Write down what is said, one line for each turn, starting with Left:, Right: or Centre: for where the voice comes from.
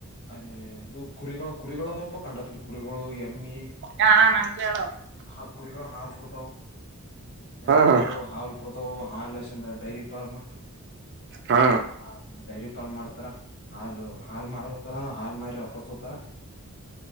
Left: ಅಲ್ಲಿ ಇದು ಕುರಿಗಳು ಕುರಿಗಳುದಪ್ಪ ಕಂಡಪಟ್ಟ ಕುರಿಗಳು ಎಮ್ಮಿ
Right: ಹಾ ಹಾ
Left: ಹ ಕುರಿಗಳು ಹಾಲು ಕೊಡ್ತಾವ ಎಮ್ಮಿಗಳು
Right: ಹಾ
Left: ಹಾಲು ಕೊಡ್ತವು ಹಾಲ್ ಲಕ್ಷ ಡೈರಿ ಫಾರ್ಮ್
Right: ಹಾ
Left: ಹ ಡೈರಿ ಫಾರ್ಮ್ ಮಾಡ್ತ ತ್ರ ಹಾಲು ಹಾಲ್ ಮಾರತಾರ ಹಾಲ್ ಮಾರಿ ರಕ್ಕತ್ತಾರ